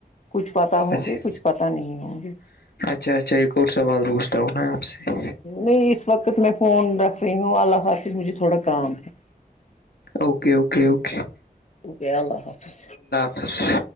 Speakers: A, on the left; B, on the left.
A: کچھ پتا ہوں
B: اچھا
A: گے کچھ پتا نہیں ہوں گے
B: اچھا اچھا یہ کوٹ سوال پوچھتا ہوں میں سے
A: نہیں اس وقت میں فون رکھ رہی ہوں اللہ حافظ مجھے تھوڑا کام ہے
B: اوکے اوکے اوکے
A: اکے اللہ حافظ
B: اسس